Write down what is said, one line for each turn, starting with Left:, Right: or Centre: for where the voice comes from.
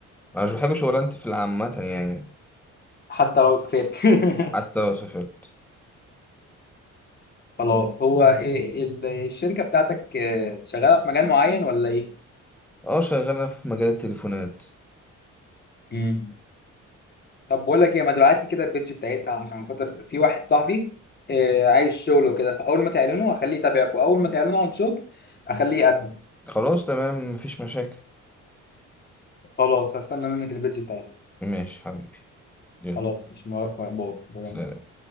Centre: انا مش بحب شغلانتي في العامة يعني
Left: حتى لو سافرت <laughs>
Centre: حتى لو سافرت
Left: خلاص هو إيه ال- الشركة بتاعتك آه، شغالة في مجال معين ولا ايه
Centre: اه شغالة في مجال التليفونات
Left: مم. طب بقول لك ايه ما تبعت لي كده البيج بتاعتها عشان خاطر في واحد صاحبي آه، عايز شغل وكده فاول ما تعلنوا هخليه يتابعك واول ما تعلنوا عن شغل هخليه يقدم
Centre: خلاص تمام مفيش مشاكل
Left: خلاص هستنى منك البيج بتاعتها
Centre: ماشي حبيبي يلا
Left: خلاص مش مبارك مقبول
Centre: سلام